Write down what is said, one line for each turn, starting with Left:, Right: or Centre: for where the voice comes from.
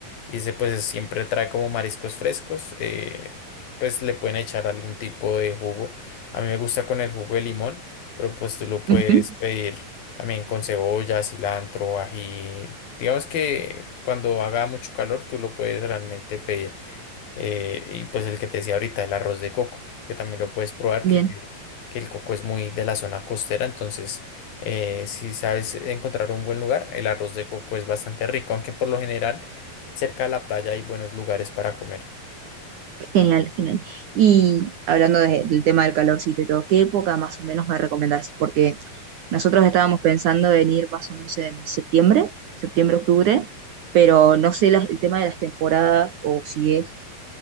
Left: Y ese pues es- siempre trae como mariscos frescos, eh, pues le pueden echar algún tipo de jugo. A mí me gusta con el jugo de limón, pero pues tú lo puedes
Right: Ujú,
Left: pedir también con cebolla, cilantro, ají. Digamos que cuando haga mucho calor tú lo puedes realmente pedir. Eh, y pues el que te decía ahorita, el arroz de coco, que también lo puedes probar,
Right: Bien.
Left: que, que- que el coco es muy de la zona costera, entonces eh, si sabes encontrar un buen lugar, el arroz de coco es bastante rico, aunque por lo general cerca de la playa hay buenos lugares para comer.
Right: Genial, genial. Y hablando de- del tema del calorcito y todo, ¿qué época más o menos me recomendás? Porque nosotros estábamos pensando en ir más o menos en septiembre, septiembre, octubre, pero no sé las- el tema de las temporadas o si es,